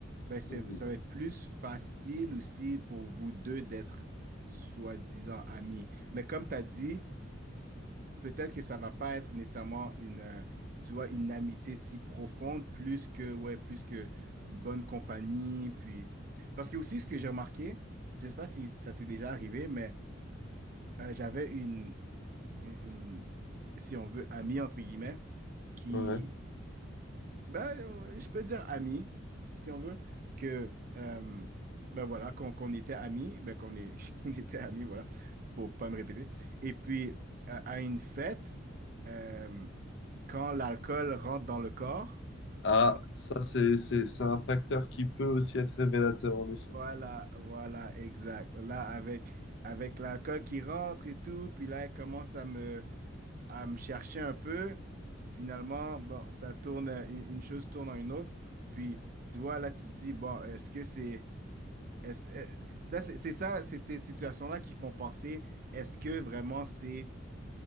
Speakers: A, on the right; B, on the left.
A: ben c'est
B: Oui.
A: ça va être plus facile aussi pour vous deux d'être soi-disant amis. Mais comme t'as dit, peut-être que ça va pas être nécessairement une, euh, tu vois, une amitié si profonde, plus que, ouais, plus que une bonne compagnie, puis... Parce que aussi, ce que j'ai remarqué, je sais pas si ça t'est déjà arrivé, mais euh, j'avais une, une, une- si on veut, amie, entre guillemets, qui,
B: Ouais.
A: ben, euh, je peux dire amie, si on veut, que, euh, ben voilà, qu'on qu'on était amis, ben qu'on est, <laughs> qu'on était amis, voilà, pour pas me répéter. Et puis, euh, à une fête, euh, quand l'alcool rentre dans le corps,
B: Ah,
A: bah,
B: ça, c'est, c'est, c'est un facteur qui peut aussi être révélateur, en effet.
A: voilà, voilà, exact. Là, avec, avec l'alcool qui rentre et tout, puis là, elle commence à me, à me chercher un peu. Finalement, bon, ça tourne, euh, une, une chose tourne en une autre. Puis, tu vois, là, tu te dis, bon, est-ce que c'est... est-ce- euh, ça, c'est c'est ça, c'est ces situations-là qui font penser, est-ce que vraiment c'est